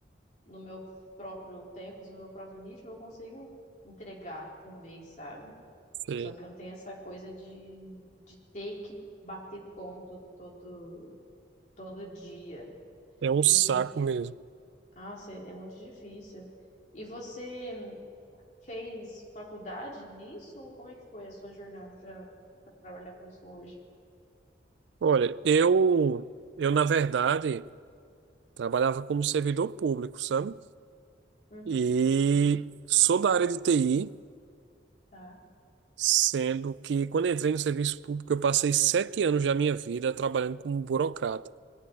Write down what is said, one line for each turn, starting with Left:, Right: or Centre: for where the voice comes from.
Left: no meu próprio tempo, assim, no meu próprio ritmo, eu consigo entregar também, sabe?
Right: sim,
Left: Só que eu não tenho essa coisa de, de ter que bater ponto todo, todo dia.
Right: É um
Left: E
Right: saco mesmo.
Left: Nossa, é muito difícil. E você fez faculdade nisso? Como é que foi a sua jornada para para trabalhar com isso hoje?
Right: Olha, eu, eu na verdade, trabalhava como servidor público, sabe?
Left: Uhum,
Right: E sou da área de TI,
Left: tá.
Right: sendo que quando entrei no serviço público, eu passei sete anos da minha vida trabalhando como burocrata.